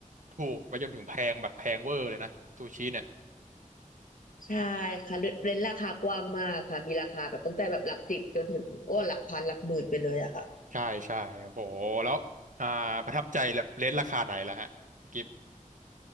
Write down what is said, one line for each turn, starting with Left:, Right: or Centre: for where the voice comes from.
Right: ถูกไปจนถึงแพงแบบแพงเวอร์เลยนะซูชิเนี่ย
Left: ใช่ค่ะเรเรนราคากว้างมากค่ะมีราคาแบบตั้งแต่แบบหลักสิบจนถึงโอ้หลักพันหลักหมื่นไปเลยอะค่ะ
Right: ใช่ใช่โหแล้วอ่าประทับใจแบบเลทราคาไหนล่ะฮะคุณกิฟต์